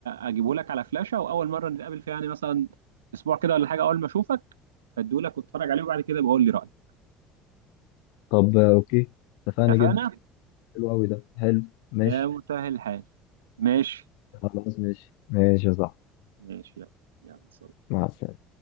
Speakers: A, on the right (about 75°); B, on the left (about 65°).
A: أجيبه لك على فلاشة وأول مرة نتقابل فيها يعني مثلا أسبوع كده ولا حاجة أول ما أشوفك أديه لك واتفرج عليه وبعد كده بقول لي رأيك
B: طب آه، اوكي اتفقنا
A: اتفقنا؟
B: جدا حلو قوي ده حلو ماشي
A: يا مسهل الحال ماشي
B: خلاص ماشي ماشي يا صاحبي
A: ماشي يلا يلا سلام
B: مع السلامه